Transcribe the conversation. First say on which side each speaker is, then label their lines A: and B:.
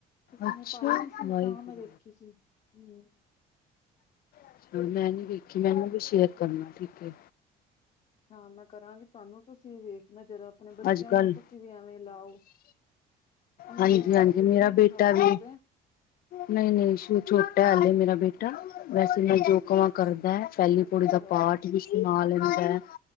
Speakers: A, on the left; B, on the left.
A: ਕਿਸੇ
B: ਅੱਛਾ
A: ਨੇ ਪਾਈ ਦੀ ਸੀ
B: ਵਾਹਿਗੁਰੂ
A: ਤਾਂ ਮੈਂ ਵੇਖੀ ਸੀ ਹੂੰ
B: <unintelligible> ਮੈਂ ਨੀ ਵੇਖੀ ਮੈਂ ਵੀ ਸ਼ੇਅਰ ਕਰਨਾ ਠੀਕ ਐ।
A: ਹਾਂ ਮੈਂ ਕਰਾਂਗੀ ਤੁਹਾਨੂੰ ਤੁਸੀਂ ਵੇਖਣਾ ਜਦੋਂ ਆਪਣੇ ਬੱਚਿਆਂ
B: ਅੱਜ ਕੱਲ੍ਹ
A: ਨੂੰ ਤੁਸੀਂ ਵੀ ਐਵੇਂ ਲਾਓ। ਅਸੀਂ
B: ਹਾਂਜੀ-ਹਾਂਜੀ
A: ਨੌ ਘੰਟੇ
B: ਮੇਰਾ
A: ਤੇ ਨਹੀਂ ਬਿਠਾ
B: ਬੇਟਾ ਵੀ।
A: ਸਕਦੇ
B: ਨਹੀਂ ਨਹੀਂਸ਼ੂ ਛੋਟਾ ਹਾਲੇ ਮੇਰਾ ਬੇਟਾ ਵੈਸੇ ਮੈਂ ਜੋ ਕਵਾਂ ਕਰਦਾ ਏ। ਪਹਿਲੀ
A: ਅੱਛਾ
B: ਪੋੜੀ ਦਾ ਪਾਠ ਵੀ ਸੁਣਾ ਲੈਂਦਾ ਏ।